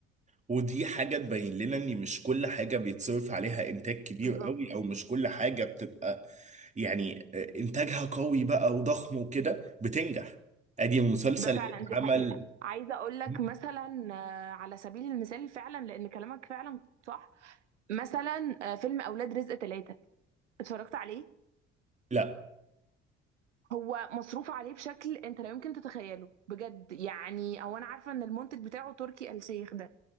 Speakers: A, on the right; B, on the right.
A: ودي حاجة تبين لنا ان مش كل حاجة بيتصرف عليها انتاج كبير
B: بالظبط
A: قوي او مش كل حاجة بتبقى يعني آه، انتاجها قوي بقى وضخم وكده بتنجح ادي مسلسل
B: ده فعلا
A: اتعمل
B: دي حقيقة عايزة أقول لك
A: <laughs>
B: مثلا آه، على سبيل المثال فعلا لأن كلامك فعلا صح مثلا آه، فيلم أولاد رزق ثلاثة اتفرجت عليه
A: لا
B: هو مصروف عليه بشكل انت لا يمكن تتخيله بجد يعني او انا عارفه ان المنتج بتاعه تركي آل شيخ ده